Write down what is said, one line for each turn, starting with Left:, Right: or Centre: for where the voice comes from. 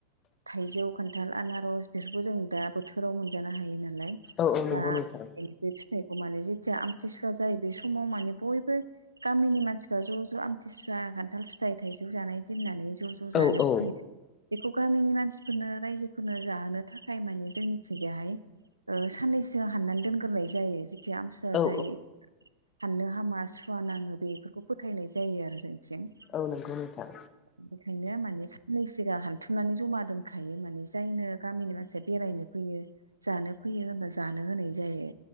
Right: थाइजौ खान्थाल आनारस बेफोरखौ जों दा बोथोराव मोनजानो हायो नालाय
Left: औ नंगौ
Right: दा
Left: नोंथां
Right: बे फिथाइखौ माने जेथिया आमथिसुवा जायो बे समाव माने बयबो गामिनि मानसिफ्रा ज' ज' आमथिसुवा खान्थाल फिथाइ थाइजौ जानाय दोननानै ज' ज' ज जानो
Left: औ औ
Right: फैयो बेखौ गामिनि मानसिफोरनो रायजोफोरनो जाहोनो था खाय मानि जोंनिखिजाहाय साननैसो हाननानै दोनग्रोनाय जायो थि आमसुवा
Left: औ
Right: जायो फाननो हामा सुवा नाङो बेफोरखौ फोथायनाय जायो आरो जोंथिं
Left: औ नंगौ नोंथां
Right: बेनिखायनो माने साननै सिगां हानथुमनानै जमा दोनखायो माने जायनो गामिनि मानसिया बेरायनो फैयो जानो फैयो होनबा जानो होनाय जायो